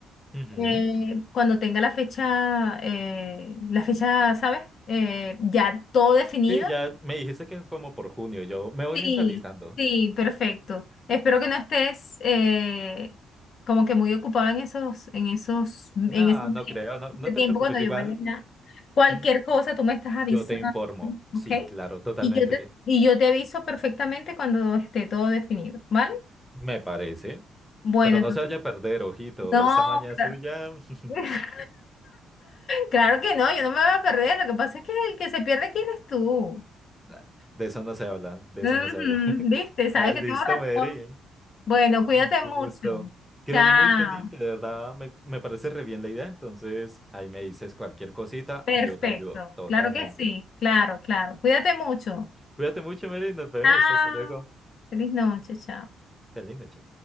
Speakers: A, in the centre; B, on the left.
A: Ujú.
B: eh, cuando tenga la fecha, eh, la fecha, ¿sabes? Eh, ya todo definido.
A: Sí, ya me dijiste que como por junio, yo me voy
B: Sí,
A: mentalizando.
B: sí, perfecto. Espero que no estés eh, como que muy ocupada en esos, en esos, en
A: No,
B: ese, en
A: no creo, no, no
B: ese
A: te
B: tiempo
A: preocupes,
B: cuando
A: igual
B: yo mañana. Cualquier
A: mm,
B: cosa tú me estás avisando,
A: yo te informo.
B: ¿ok?
A: Sí, claro, totalmente.
B: Y yo te, y yo te aviso perfectamente cuando esté todo definido, ¿vale?
A: Me parece.
B: Bueno,
A: Pero
B: entonces,
A: no se vaya a perder, ojito.
B: no.
A: Esa maña
B: claro.
A: suya, <laughs>
B: <laughs> Claro que no, yo no me voy a perder. Lo que pasa es que el que se pierde aquí eres tú.
A: nah, de eso no se habla, de
B: Ujú,
A: eso no se habla. <laughs>
B: ¿Viste? Sabes
A: Ah, listo,
B: que tengo razón.
A: Mary.
B: Bueno, cuídate
A: Un gusto.
B: mucho.
A: Quedó
B: Chao.
A: muy pendiente, de verdad, me, me parece re bien la idea, entonces ahí me dices cualquier cosita,
B: Perfecto.
A: yo te ayudo totalmente.
B: Claro que sí. Claro, claro. Cuídate mucho.
A: Cuídate mucho, Mary, nos vemos,
B: Chao.
A: hasta luego.
B: Feliz noche. Chao.
A: Qué linda, che.